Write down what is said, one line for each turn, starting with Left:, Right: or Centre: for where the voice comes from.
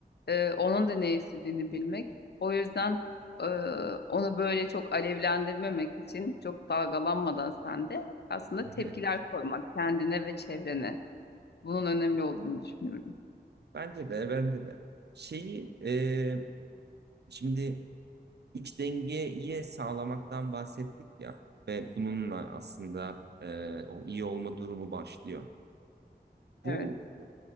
Left: e, onun da ne istediğini bilmek. O yüzden e, onu böyle çok alevlendirmemek için çok dalgalanmadan sen de aslında
Right: <laughs>
Left: tepkiler koymak kendine ve çevrene. Bunun önemli olduğunu düşünüyorum.
Right: Bence de, bence de. Şeyi e, şimdi İç dengeyi sağlamaktan bahsettik ya ve bununla aslında e, o iyi olma durumu başlıyor. Bu
Left: Evet.